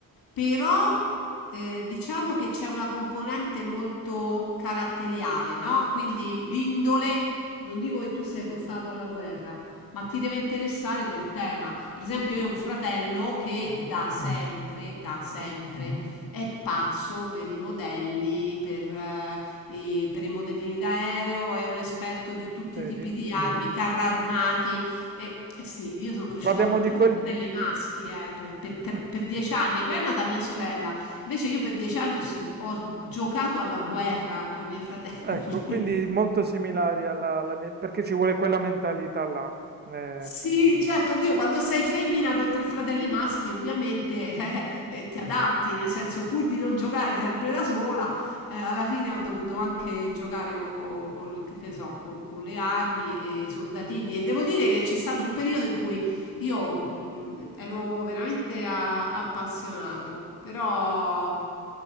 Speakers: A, on the left; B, on the right.
A: però eh, diciamo che c'è una componente molto caratteriale, no? Quindi l'indole, non dico che tu sei portato alla guerra, ma ti deve interessare quel tema. Per esempio, io ho un fratello che
B: Sì.
A: da sempre, da
B: Mhm.
A: sempre, è pazzo per i modelli, per eh, eh, per i modellini d'aereo, è un esperto di tutti
B: Vedi?
A: i tipi di armi, carri armati. E, eh sì, io sono cresciuta
B: Parliamo
A: con
B: di
A: tre
B: quel...
A: fratelli maschi eh, per, per
B: <laughs>
A: tre- per dieci anni, poi è nata mia sorella. Invece io per dieci anni ho, so- ho giocato alla guerra con i miei fratelli.
B: Ecco, quindi
A: <laughs>
B: molto similari alla, alla mia, perché ci vuole quella mentalità là. Eh,
A: Sì, certo, oddio, quando sei femmina con tre fratelli maschi, ovviamente <laughs> eh, eh, ti adatti, nel senso, pur di non giocare sempre da sola, eh, alla fine ho dovuto anche giocare co- col- che so, co- con le armi e i soldatini. E devo dire che c'è stato un periodo in cui io mh, ero veramente a- appassionato, però,